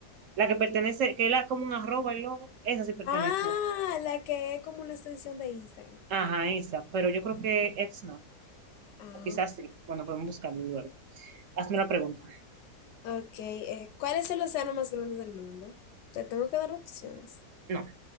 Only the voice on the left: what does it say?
Ah, la que es como una extensión de Instagram.
Ah,
ok.
Ok, eh, ¿cuál es el océano más grande del mundo? Te tengo que dar opciones.